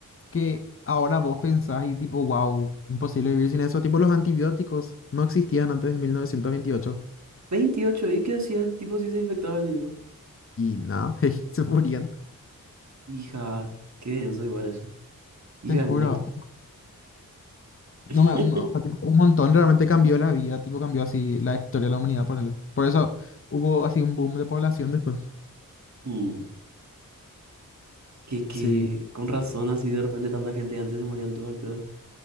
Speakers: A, on the left; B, on the right.
A: que ahora vos pensás y tipo, wow, imposible vivir sin eso. Tipo, los antibióticos no existían antes de 1928
B: veintiocho ¿y qué hacían? Tipo, sí se infectaban y eso.
A: y nada, <laughs> se morían.
B: Hija, qué denso igual eso. Hija
A: Te
B: de
A: juro.
B: mil.
A: No
B: <laughs>
A: me, no, fue tipo un montón realmente cambió la vida, tipo cambió así la historia de la humanidad, ponele. Por eso hubo así un boom de población después.
B: Mm, Que, que
A: Sí.
B: con razón así de repente tanta gente antes se morían todo al pedo.